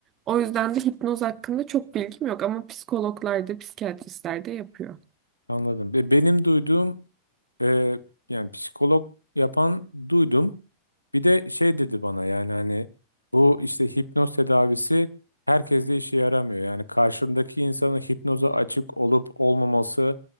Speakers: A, on the right; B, on the left.
A: O yüzden de hipnoz hakkında çok bilgim yok ama psikologlar da psikiyatristler de yapıyor.
B: Anladım. Ve benim duyduğum e, yani psikolog yapan duydum. Bir de şey dedi bana yani hani bu işte hipnoz tedavisi herkeste işe yaramıyor. Yani karşındaki insanın hipnoza açık olup olmaması